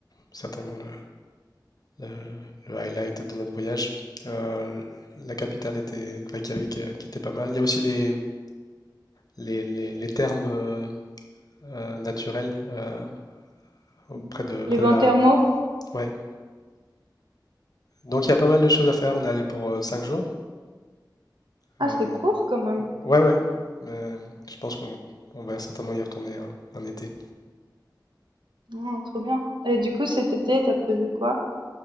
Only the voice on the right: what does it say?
Mmh
Les
bains
thermaux?
Ah,
c'est court quand même.
Mmh, trop bien. Et du coup, cet été, t'as prévu quoi?